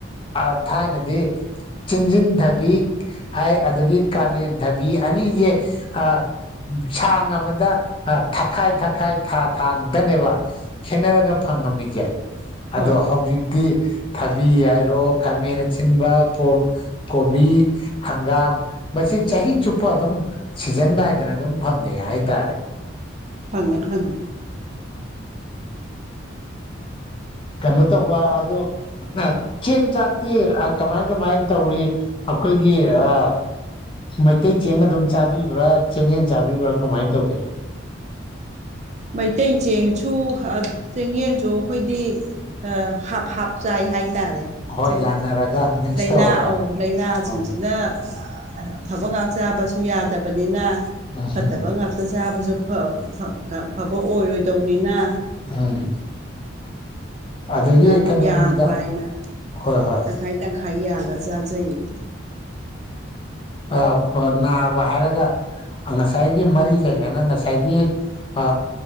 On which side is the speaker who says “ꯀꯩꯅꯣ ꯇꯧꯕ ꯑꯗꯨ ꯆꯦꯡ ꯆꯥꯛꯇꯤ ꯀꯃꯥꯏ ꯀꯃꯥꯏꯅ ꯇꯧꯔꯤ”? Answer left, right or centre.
Left